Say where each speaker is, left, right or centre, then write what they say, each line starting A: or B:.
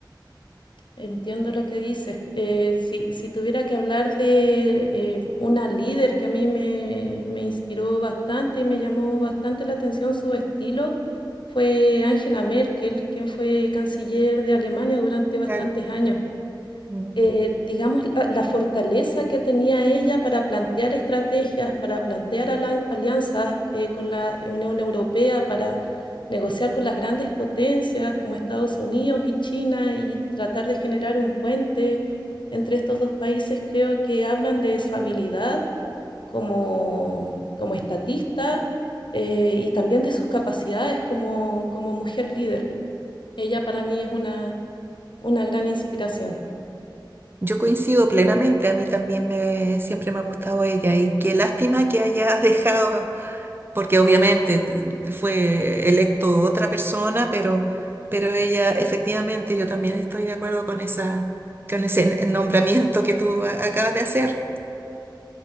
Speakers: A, on the left (about 75°); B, on the right (about 25°).
A: Entiendo lo que dices. Eh, si, si tuviera que hablar de eh, una líder que a mí me, me inspiró bastante y me llamó bastante la atención su estilo, fue Angela Merkel, quien fue canciller de Alemania durante bastantes
B: Claro.
A: años.
B: Mm.
A: eh, digamos, la, la fortaleza que tenía ella para plantear estrategias, para plantear alan- alianzas eh, con la Unión Europea, para negociar con las grandes potencias como Estados Unidos y China y tratar de generar un puente entre estos dos países, creo que hablan de su habilidad como, como estatista eh, y también de sus capacidades como, como mujer líder. Ella para mí es una, una gran inspiración.
B: Yo coincido plenamente, a mí también me, siempre me ha gustado ella y qué lástima que hayas <laughs> dejado porque obviamente t- fue electo otra persona, pero, pero ella, efectivamente, yo también estoy de acuerdo con esa, con ese n- nombramiento que tú a- acabas de hacer.